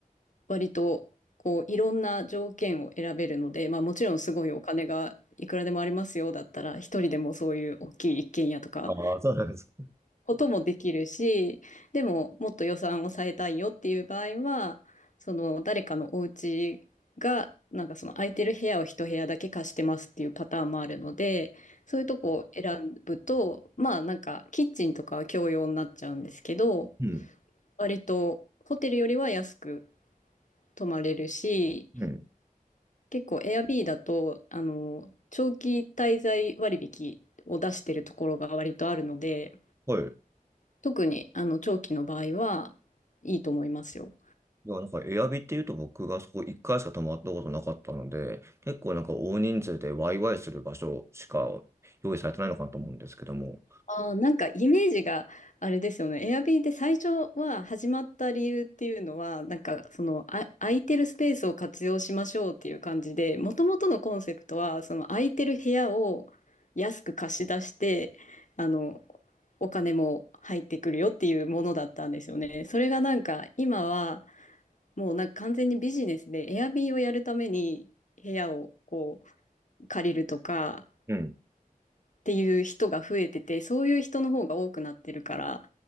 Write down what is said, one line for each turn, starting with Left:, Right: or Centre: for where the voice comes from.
Left: 割と、こう、いろんな条件を選べるので、まあ、もちろんすごいお金がいくらでもありますよだったら、一人でもそういう大きい一軒家とか、
Right: ああ、そうなんですか。
Left: こともできるし、でももっと予算を抑えたいよっていう場合は、その誰かのお家が、なんかその空いてる部屋を一部屋だけ貸してますっていうパターンもあるので、そういうとこを選ぶと、まあなんかキッチンとかは共用になっちゃうんですけど、
Right: うん。
Left: 割とホテルよりは安く泊まれるし、
Right: うん。
Left: 結構 Airbnb だと、あの、長期滞在割引を出してるところが割とあるので、
Right: はい。
Left: 特にあの長期の場合はいいと思いますよ。
Right: いや、なんか、エアビっていうと僕がそこ1回しか泊まったことなかったので、結構なんか大人数でワイワイする場所しか用意されてないのかなと思うんですけども。
Left: あー、なんかイメージがあれですよね。Airbnb で最初は始まった理由っていうのは、なんかそのあ空いてるスペースを活用しましょうっていう感じで、もともとのコンセプトはその空いてる部屋を安く貸し出して、あのお金も入ってくるよっていうものだったんですよね。それがなんか今はもうなんか完全にビジネスで Airbnb をやるために部屋をこう借りるとか、
Right: うん。
Left: っていう人が増えてて、そういう人の方が多くなってるから、